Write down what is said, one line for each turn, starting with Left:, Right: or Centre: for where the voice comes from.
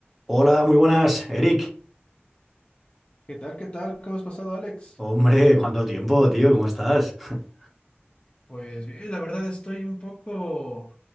Centre: Hola, muy buenas, Eric.
Left: ¿Qué tal? ¿Qué tal? ¿Cómo has pasado, Alex?
Centre: Hombre, cuánto tiempo, tío, ¿cómo estás? <laughs>
Left: Pues bien, la verdad estoy un poco